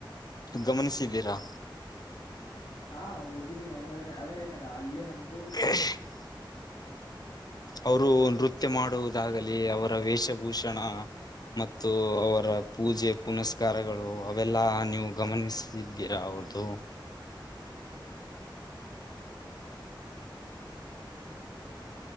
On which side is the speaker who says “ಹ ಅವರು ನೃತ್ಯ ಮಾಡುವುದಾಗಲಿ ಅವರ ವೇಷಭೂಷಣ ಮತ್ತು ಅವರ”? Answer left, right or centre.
Left